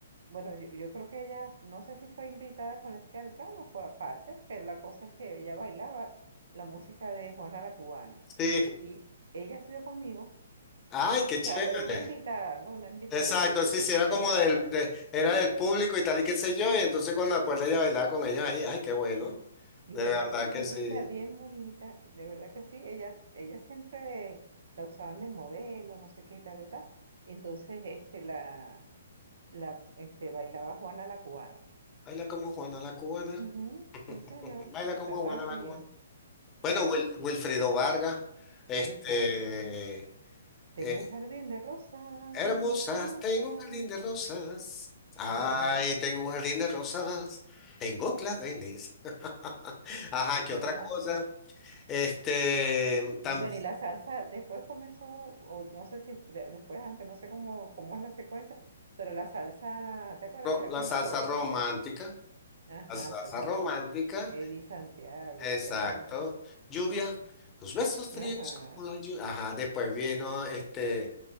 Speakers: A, on the right; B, on the left.
A: bueno, yo, yo creo que ella, no sé si fue invitada con las chicas del CAN o fue aparte, pero la cosa es que ella bailaba la música de Juana la Cubana.
B: Sí,
A: Y ella estudió conmigo.
B: ay, qué
A: O sea,
B: chévere.
A: una invitada, ¿no? Una invitada
B: Exacto,
A: de aquí, de
B: sí, sí, era como
A: de Caracas,
B: del, de-
A: sí.
B: era del público y tal y qué sé yo, y entonces cuando acuerda ella bailaba con ellos ahí, ay, qué bueno,
A: Mira,
B: de verdad
A: era chiquitica,
B: que sí.
A: bien bonita, de verdad que sí. Ella, ella siempre la usaban de modelo, no sé qué, tal, tal, tal. Entonces, este, la, la, este, bailaba Juana la cubana.
B: Baila como Juana la Cubana,
A: Ujú, sí, señor.
B: <laughs> baila
A: Estaba
B: como Juana
A: así,
B: la Cubana.
A: claro,
B: Bueno, Wil- Wilfrido Vargas, este,
A: exacto. Tengo
B: eh,
A: un jardín de rosas
B: hermosas,
A: hermosas.
B: tengo un jardín de rosas. Ay,
A: Ajá,
B: tengo un jardín de rosas. Tengo claveles. <laughs> Ajá, ¿qué
A: sí,
B: otra
A: vale.
B: cosa? Este, también
A: Y bueno, y la salsa después comenzó, o no sé si de- después, antes, no sé cómo, cómo es la secuencia, pero la salsa, ¿te acuerdas que era
B: la
A: como
B: salsa
A: suavecita?
B: romántica.
A: Ajá,
B: La salsa
A: salsa
B: romántica,
A: aromasa. Eddie Santiago,
B: exacto.
A: creo que era la cosa.
B: Lluvia, tus besos fríos
A: Ajá,
B: como la lluvia. Ajá, después vino este,